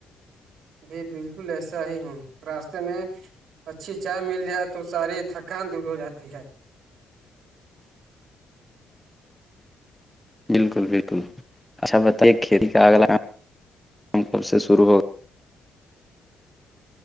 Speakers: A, on the right (about 65°); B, in the centre.
A: بھی بالکل ایسا ہی ہوں راستے میں اچھی چائے مل جائے تو ساری تھکان دور ہو جاتی ہے
B: بالکل بالکل اچھا بتائیے کھیتی کا اگلا کب سے شرو ہوگا